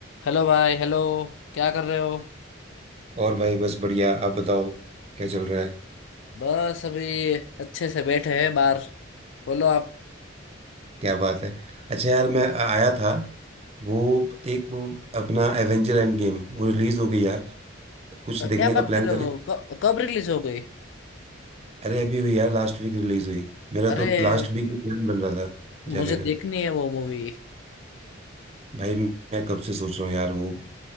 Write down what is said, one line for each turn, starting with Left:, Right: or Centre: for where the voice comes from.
Left: Hello भाई hello क्या कर रहे हो
Right: और भाई बस बढ़िया आप बताओ क्या चल रहा है
Left: बस अभी अच्छे से बैठे हैं बाहर बोलो आप
Right: क्या बात है अच्छा यार मैं आ- आया था वो एक वो अपना एवेंजर एंड गेम वो रिलीज हो गई यार कुछ
Left: अ,
Right: देखने
Left: क्या
Right: का
Left: बात
Right: प्लान
Left: कर रहे
Right: करें
Left: हो क- कब रिलीज हो गई
Right: अरे अभी हुई यार लास्ट वीक रिलीज हुई मेरा
Left: अरे
Right: तो लास्ट वीक ही प्लान बन रहा था जाने
Left: मुझे
Right: का
Left: देखनी है वो मूवी
Right: भाई मैं कब से सोच रहा हूँ यार वो